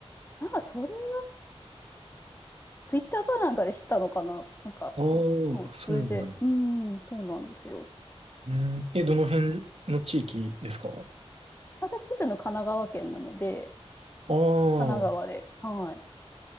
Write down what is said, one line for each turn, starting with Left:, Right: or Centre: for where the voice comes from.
Left: なんかそれは、ツイッターかなんかで知ったのかな。なんか、
Right: あー、
Left: うん、
Right: そうなんや。
Left: それで、うん、そうなんですよ。
Right: うん。え、どの辺の地域ですか
Left: 私住んでるの神奈川県なので、
Right: あ
Left: 神奈川で、はい。